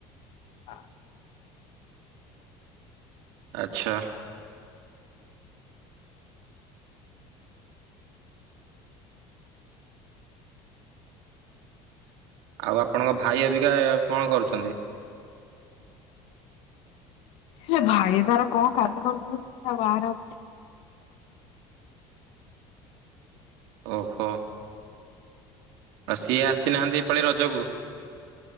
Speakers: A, on the left (about 65°); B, on the right (about 80°).
A: ହଁ।
B: ଆଛା। ଆଉ ଆପଣଙ୍କ ଭାଇ ଏବିକା କଣ କରୁଛନ୍ତି?
A: ହେ ଭାଇ ତାର କଣ କାମ କରୁଛ ବାହାରେ ଅଛି।
B: ଓହୋ। ଆଉ ସିଏ ଆସିନାହାନ୍ତି। ଏ ପାଳି ରଜକୁ?